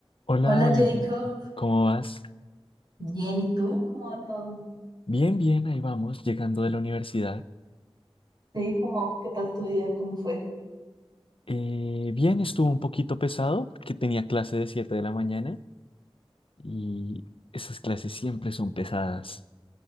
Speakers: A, on the left; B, on the right.
A: Hola
B: Hola
A: Valentina,
B: Jacob,
A: ¿cómo vas?
B: bien, ¿y tú? ¿Cómo va todo?
A: Bien, bien, ahí vamos, llegando de la universidad.
B: Sí, ¿cómo? ¿Qué tal tu día? ¿Cómo fue?
A: Eh, bien, estuvo un poquito pesado porque tenía clase de 7 de la mañana y esas clases siempre son pesadas.